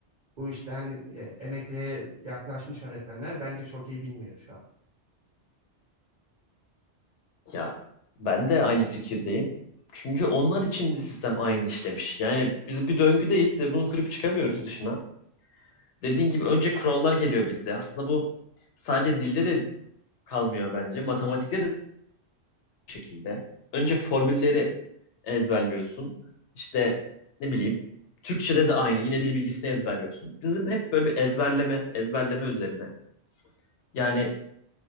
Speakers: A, on the right; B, on the left.
A: bu işte hani e, emekliye yaklaşmış öğretmenler bence çok iyi bilmiyor şu an.
B: Ya ben de aynı fikirdeyim. Çünkü onlar için de sistem aynı işlemiş. Yani biz bir döngüdeyiz ve bunu kırıp çıkamıyoruz dışına. Dediğin gibi önce kurallar geliyor bizde. Aslında bu sadece dilde de kalmıyor bence. Matematikte de bu şekilde. Önce formülleri ezberliyorsun. İşte ne bileyim Türkçe'de de aynı. Yine dil bilgisini ezberliyorsun. Bizim hep böyle bir ezberleme, ezberleme üzerine. Yani